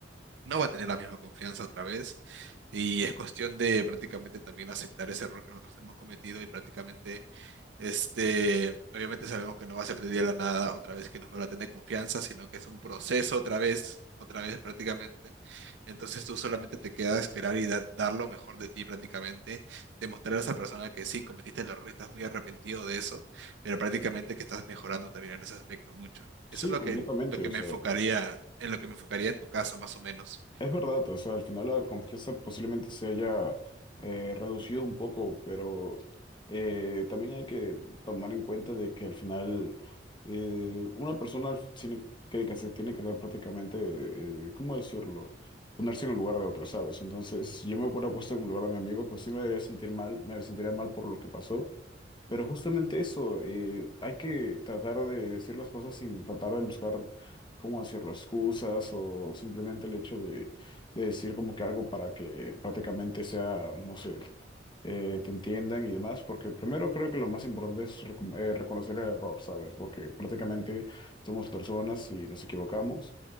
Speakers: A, on the right (about 80°); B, on the left (about 25°).
A: no va a tener la misma confianza otra vez y es cuestión de prácticamente también aceptar ese error que nosotros hemos cometido y prácticamente este, obviamente sabemos que no va a ser de día a la nada otra vez que nos vuelva a tener confianza, sino que es un proceso otra vez, otra vez prácticamente. Entonces tú solamente te queda esperar y da- dar lo mejor de ti prácticamente, demostrar a esa persona que sí cometiste el error y estás muy arrepentido de eso, pero prácticamente que estás mejorando también en ese aspecto mucho, ¿no?
B: Sí,
A: Eso es lo
B: completamente,
A: que, lo que
B: o
A: me
B: sea.
A: enfocaría, en lo que me enfocaría en tu caso, más o menos.
B: Es verdad, o sea, al final la confianza posiblemente se haya eh, reducido un poco, pero eh, también hay que tomar en cuenta de que al final eh, una persona al fin- tiene que se tiene que ser prácticamente, eh, ¿cómo decirlo? Ponerse en el lugar de otro, ¿sabes? Entonces, si yo me hubiera puesto en el lugar de mi amigo, pues sí me debería sentir mal, me sentiría mal por lo que pasó, pero justamente eso, eh, hay que tratar de decir las cosas sin tratar de buscar cómo decirlo, excusas o simplemente el hecho de, de decir como que algo para que prácticamente sea, no sé, eh, te entiendan y demás, porque primero creo que lo más importante es recom- eh, reconocer el error, ¿sabes? Porque prácticamente
A: Ujú.
B: somos personas y nos equivocamos,